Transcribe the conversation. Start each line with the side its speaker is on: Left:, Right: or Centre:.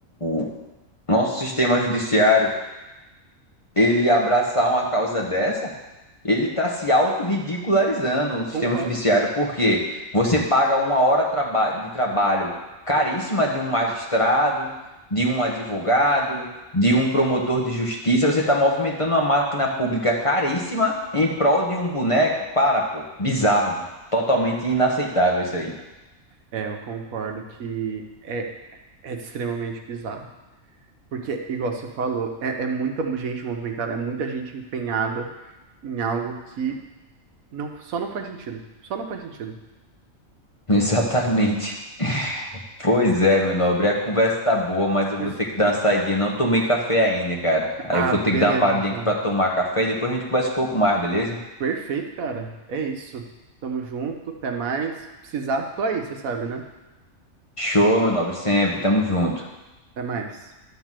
Left: o nosso sistema judiciário ele abraçar uma causa dessa, ele está se autorridicularizando o sistema
Right: Concordo.
Left: judiciário, porque você paga uma hora traba- de trabalho caríssima de um magistrado, de um advogado, de um promotor de justiça, você está movimentando uma máquina pública caríssima em prol de um boneco? Para, pô, bizarro, totalmente inaceitável isso aí.
Right: É, eu concordo que é, é extremamente bizarro. Porque, igual você falou, é é muita gente movimentada, é muita gente empenhada em algo que Não, só não faz sentido. Só não faz sentido.
Left: <laughs> Exatamente. Pois é, meu nobre, a conversa tá boa, mas eu
Right: Mas
Left: vou ter que dar uma saidinha. Não tomei café ainda, cara. Aí
Right: Ah,
Left: eu vou
Right: beleza,
Left: ter que dar uma paradinha
Right: então.
Left: aqui pra tomar café e depois a gente conversa um pouco mais, beleza?
Right: Perfeito, cara. É isso. Tamo junto, até mais. Precisar, tô aí, você sabe, né?
Left: Show, meu nobre, sempre. Tamo junto.
Right: Até mais.